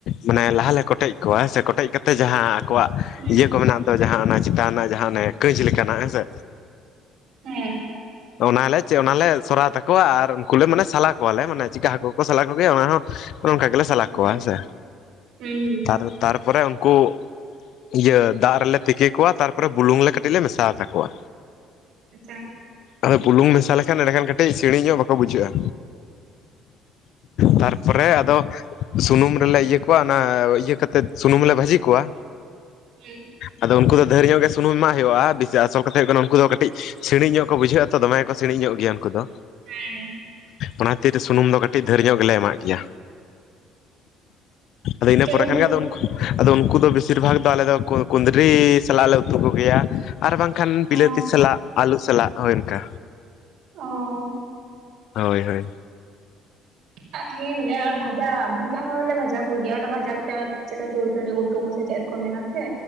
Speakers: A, on the left; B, on the right.
A: ᱢᱟᱱᱮ ᱞᱟᱦᱟᱞᱮ ᱠᱚᱴᱮᱡ ᱠᱚᱣᱟ, ᱦᱮᱸ ᱥᱮ ᱠᱚᱴᱮᱡ ᱠᱟᱛᱮ ᱡᱟᱦᱟᱸ ᱠᱚᱣᱟᱜ
B: ᱦᱩᱸ
A: ᱤᱭᱟᱹ ᱠᱚ ᱢᱮᱱᱟᱜ ᱫᱚ ᱡᱟᱦᱟᱸ ᱚᱱᱟ ᱪᱮᱛᱟᱱ ᱨᱮᱱᱟᱜ ᱡᱟᱦᱟᱸ ᱚᱱᱮ ᱠᱟᱹᱪ ᱞᱮᱠᱟᱱᱟᱜ ᱦᱮᱸᱥᱮ
B: ᱦᱮᱸ ᱾
A: ᱚᱱᱟᱞᱮ ᱪᱮ ᱚᱱᱟᱞᱮ ᱥᱚᱨᱟᱭ ᱛᱟᱠᱚᱣᱟ ᱟᱨ ᱩᱱᱠᱩᱞᱮ ᱢᱟᱱᱮ ᱥᱟᱞᱟ ᱠᱚᱣᱟᱞᱮ ᱢᱟᱱᱮ ᱪᱤᱠᱟ ᱦᱟᱹᱠᱩ ᱠᱩ ᱥᱟᱞᱟ ᱠᱚᱜᱮᱭᱟ ᱚᱱᱟ ᱦᱚᱸ ᱚᱱᱮ ᱚᱱᱠᱟ ᱜᱮᱞᱮ ᱥᱟᱞᱟ
B: ᱟᱪᱪᱷᱟ
A: ᱠᱚᱣᱟ ᱦᱮᱸ ᱥᱮ,
B: ᱦᱩᱸ ᱦᱩᱸ
A: ᱛᱟᱨ ᱛᱟᱨᱯᱚᱨᱮ ᱩᱱᱠᱩ ᱤᱭᱟᱹ ᱫᱟᱜ ᱨᱮᱞᱮ ᱛᱤᱠᱤ ᱠᱚᱣᱟ ᱛᱟᱨᱯᱚᱨᱮ ᱵᱩᱞᱩᱝ ᱞᱮ ᱠᱟᱹᱴᱤᱡ ᱞᱮ ᱢᱮᱥᱟ ᱟᱛᱟᱠᱚᱣᱟ᱾
B: ᱟᱪᱪᱷᱟ᱾
A: ᱦᱳᱭ ᱵᱩᱞᱩᱝ ᱢᱮᱥᱟ ᱞᱮᱠᱷᱟᱱ ᱮᱸᱲᱮᱠᱷᱟᱱ ᱠᱟᱹᱴᱤᱡ ᱥᱤᱲᱤᱧ ᱧᱚᱜ ᱵᱟᱠᱚ ᱵᱩᱡᱷᱟᱹᱜᱼᱟ᱾ ᱛᱟᱨᱯᱚᱨᱮ ᱟᱫᱚ ᱥᱩᱱᱩᱢ ᱨᱮᱞᱮ ᱤᱭᱟᱹ ᱠᱚᱣᱟ ᱚᱱᱟ ᱤᱭᱟᱹ ᱠᱟᱛᱮᱫ ᱥᱩᱱᱩᱢ ᱨᱮᱞᱮ ᱵᱷᱟᱹᱡᱤ ᱠᱩᱣᱟ,
B: ᱦᱩᱸ᱾
A: ᱟᱫᱚ ᱩᱱᱠᱩ ᱫᱚ ᱫᱷᱮᱨ ᱧᱚᱜ ᱜᱮ ᱥᱩᱱᱩᱢ ᱮᱢᱟᱜ ᱦᱩᱭᱩᱜᱼᱟ, ᱵᱮᱥᱤ ᱟᱥᱚᱞ ᱠᱟᱛᱮ ᱦᱩᱭᱩᱜ ᱠᱟᱱᱟ ᱩᱱᱠᱩ ᱫᱚ ᱠᱟᱹᱴᱤᱡ ᱥᱤᱬᱤᱡ ᱧᱚᱜ ᱠᱩ ᱵᱩᱡᱷᱟᱹᱜ-ᱟ ᱛᱚ ᱫᱚᱢᱮ ᱜᱮᱠᱚ ᱥᱤᱬᱤᱡ ᱧᱚᱜ ᱜᱮᱭᱟ ᱩᱱᱠᱩ ᱫᱚ᱾
B: ᱦᱮᱸ᱾
A: ᱚᱱᱟ ᱠᱷᱟᱹᱛᱤᱨ ᱥᱩᱱᱩᱢ ᱫᱚ ᱠᱟᱹᱴᱤᱡ ᱫᱷᱟᱹᱨ ᱧᱚᱜ ᱜᱮ ᱞᱮ ᱮᱢᱟᱜ ᱜᱮᱭᱟ᱾ ᱟᱫᱚ ᱤᱱᱟᱹ
B: ᱪᱮᱫ
A: ᱯᱚᱨᱮ
B: ᱠᱚ
A: ᱠᱷᱟᱱ ᱜᱮ ᱟᱫᱚ ᱩᱱ ᱟᱫᱚ ᱩᱱᱠᱩ ᱫᱚ ᱵᱮᱥᱤᱨ ᱵᱷᱟᱜᱽ ᱫᱚ ᱟᱞᱮ ᱫᱚ ᱠᱚ ᱠᱩᱸᱫᱽᱨᱤ ᱥᱟᱞᱟᱜ ᱞᱮ ᱩᱛᱩ ᱠᱩᱜᱮᱭᱟ᱾ ᱟᱨ ᱵᱟᱝ ᱠᱷᱟᱱ ᱵᱤᱞᱟᱹᱛᱤ
B: ᱚ
A: ᱥᱟᱞᱟᱜ ᱟᱞᱩ ᱥᱟᱞᱟᱜ ᱦᱳᱭ ᱚᱱᱠᱟ᱾
B: ᱚ᱾
A: ᱦᱳᱭ ᱦᱳᱭ᱾
B: ᱟᱜ ᱦᱮᱸ ᱵᱚᱞᱮ ᱟᱨ ᱵᱷᱟᱡᱟ ᱵᱷᱟᱡᱟ ᱦᱚᱸ ᱵᱚᱞᱮ ᱵᱷᱟᱡᱟ ᱠᱚᱜᱮᱭᱟ ᱚᱱᱟ ᱵᱷᱟᱡᱟ ᱠᱟᱛᱮ ᱦᱚᱸᱜᱼᱚᱭ ᱪᱮᱫᱠᱟ ᱪᱚᱲ-ᱪᱚᱲᱤ ᱩᱛᱩ ᱠᱚ ᱥᱮ ᱪᱮᱫ ᱠᱚ ᱢᱮᱱᱟ ᱥᱮ?